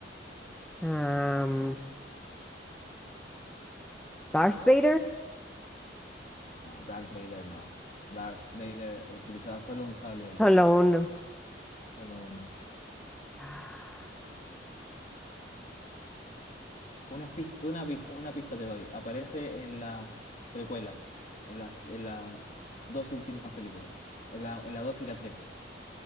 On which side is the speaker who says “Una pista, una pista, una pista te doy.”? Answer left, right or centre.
Left